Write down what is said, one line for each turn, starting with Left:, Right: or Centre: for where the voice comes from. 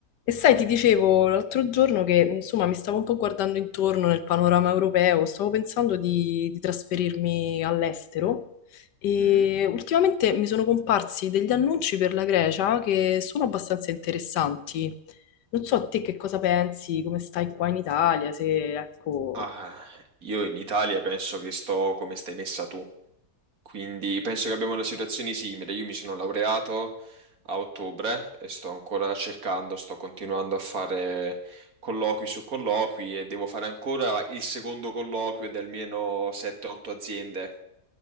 Left: E sai, ti dicevo l'altro giorno che insomma mi stavo un po' guardando intorno nel panorama europeo, stavo pensando di, di trasferirmi all'estero e
Right: Mm.
Left: ultimamente mi sono comparsi degli annunci per la Grecia che sono abbastanza interessanti. Non so a te che cosa pensi, come stai qua in Italia, se ecco...
Right: Ah, io in Italia penso che sto come stai messa tu, quindi penso che abbiamo una situazione simile. Io mi sono laureato a ottobre e sto ancora cercando, sto continuando a fare colloqui su colloqui e devo fare ancora il secondo colloquio di almeno 7-8 aziende.